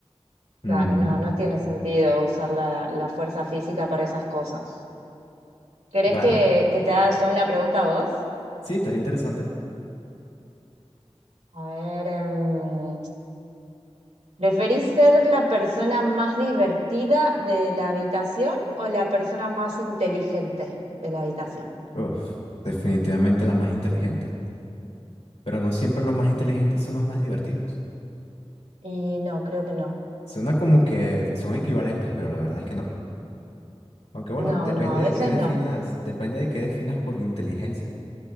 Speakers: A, on the left (about 75°); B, on the right (about 85°).
A: Mm,
B: Claro, no, no tiene sentido usar la, la fuerza física para esas cosas. ¿Querés
A: vale.
B: que, que te haga yo una pregunta a vos?
A: Sí, estaría interesante.
B: A ver, em, ¿preferís ser la persona más divertida de la habitación o la persona más inteligente de la habitación?
A: Uf, definitivamente la más inteligente. Pero no siempre los más inteligentes son los más divertidos.
B: Y no, creo que no.
A: Suena como que son equivalentes, pero la verdad es que no. Aunque bueno,
B: No,
A: depende
B: no, a veces
A: de qué definas,
B: no.
A: depende de qué definas por inteligencia.